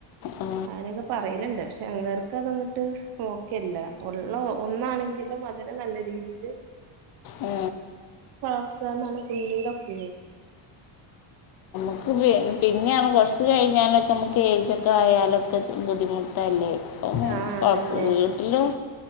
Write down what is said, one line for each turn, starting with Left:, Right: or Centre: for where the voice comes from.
Left: ആ
Right: അനൊക്കെ പറല്ണ്ട് പക്ഷെ അങ്ങർക്ക് അതങ്ങോട്ട് ഒക്കെ അല്ല. ഒള്ള ഒന്നാണെങ്കിലും അതിനെ നല്ല രീതില്.
Left: ആ
Right: നല്ലനെലെല്ല് വളർത്ത്ന്നാണ് പുള്ളിടെ ഒപ്പീനിയൻ.
Left: ഇത് പിന് പിന്നെയാമ്പ കൊറച്ച് കഴിഞ്ഞാലൊക്കെ നമുക്ക് ഏജ് ഒക്കെ ആയാലൊക്കച്ച് ബുദ്ധിമുട്ടല്ലേ? ഓന്
Right: ആഹ്
Left: ഉപ്പാക്ക്
Right: അതന്നെ
Left: വീട്ടിലും.